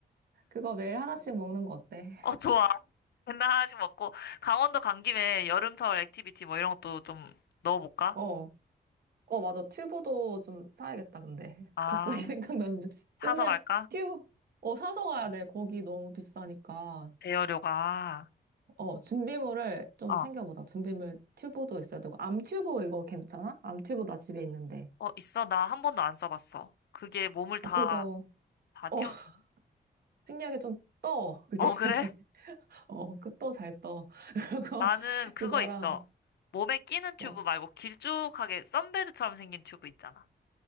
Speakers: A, on the right; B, on the left.
A: 그거 매일 하나씩 먹는 거 어때?
B: 어, 좋아. <laughs> 맨날 하나씩 먹고. 강원도 간 김에 여름철 액티비티 뭐 이런 것도 좀 넣어볼까?
A: 어, 어, 맞아. 튜브도 좀 사야겠다, 근데. <laughs>
B: 아,
A: 갑자기 생각나는데.
B: 사서
A: 맨날
B: 갈까?
A: 튜브, 어, 사서 가야 돼. 거기 너무 비싸니까.
B: 대여료가.
A: 어, 준비물을 좀
B: 어,
A: 챙겨보자. 준비물 튜브도 있어야 되고. 암 튜브 이거 괜찮아? 암 튜브 나 집에 있는데.
B: 어, 있어. 나 한 번도 안 써봤어. 그게 몸을 다,
A: 어, 그거,
B: 다 띄워주니?
A: 어, <laughs> 신기하게 좀 떠. 그게.
B: 어,
A: <laughs>
B: 그래?
A: 어, 그 떠 잘 떠. <laughs> 그거,
B: 나는 그거
A: 그거랑,
B: 있어. 몸에 끼는 튜브
A: 뭐.
B: 말고 길쭉하게 선베드처럼 생긴 튜브 있잖아.